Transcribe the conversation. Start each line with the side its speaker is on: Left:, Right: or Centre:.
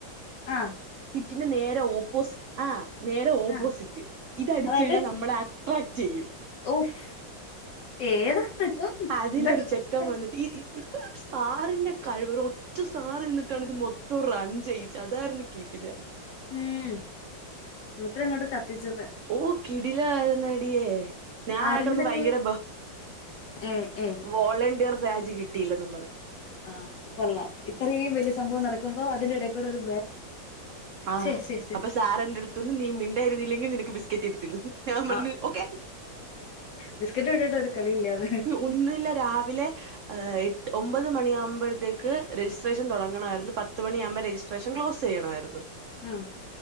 Left: അ
Right: ഹിറ്റിന്റെ നേരെ ഓപ്പോസിറ്റ് അ നേരെ ഓപ്പോസിറ്റ്
Left: ആഹ്
Right: ഇതടിച്ചു
Left: അതായത്
Right: കഴിഞ്ഞാൽ നമ്മള ആ ട്രാക്ക് ചെയ്യൂ
Left: ഓഫ് ഏതാ
Right: അതിലൊരു
Left: എന്തൊക്കെ
Right: ചെക്കൻ
Left: പ്രൊഡക്റ്റാ
Right: വന്നിട്ട് ഈ സാറിന്റെ കഴിവ് റ്റു സാറി നിന്നിട്ടാണ് ഇത് മൊത്തം റൺ ചെയ്യിച്ചത് അതായിരുന്നു കിടിലം
Left: ഉം മൂപ്പര് അങ്ങോട്ട് കത്തിച്ച
Right: ഓ കിടിലായിരുന്നടിയേ ഞാൻ
Left: ആരെങ്കിലൊക്കെ
Right: അവി കിടന്ന് ഭയങ്കര
Left: ഏ ഏ
Right: വോളണ്ടിയർ ബാജ് കിട്ടിയില്ലെന്നും പറഞ്ഞു
Left: ആഹ കൊള്ളാം ഇത്രയും വലിയ സംഭവം നടക്കുമ്പോ അതിന്റെ ഇടക്കൂടെ ഒരു
Right: ആഹ്
Left: ശെരി ശരി
Right: അപ്പൊ സാർ എന്റെറ അടുത്തന്ന് നീ മിണ്ടായിരുന്നില്ലെങ്കിൽ നിനക്ക് ബിസ്ക്കറ്റ് എടുത്തി ഞാൻ പറഞ്ഞു
Left: ആ
Right: ഓക്കെ
Left: ബിസ്ക്കറ്റ് ഇട്ടിട്ട് ഒരു കളിയില്ലാന്ന്
Right: ഒന്നില്ല രാവിലെ എട്ട് ഒമ്പത് മണിയകുമ്പോഴത്തേക്ക് രജിസ്ട്രേഷൻ തുടങ്ങണമായിരുന്നു പത്ത് മണിയകുമ്പോ രജിസ്ട്രേഷൻ ക്ലോസ് ചെയ്യണമായിരുന്നു
Left: ആഹ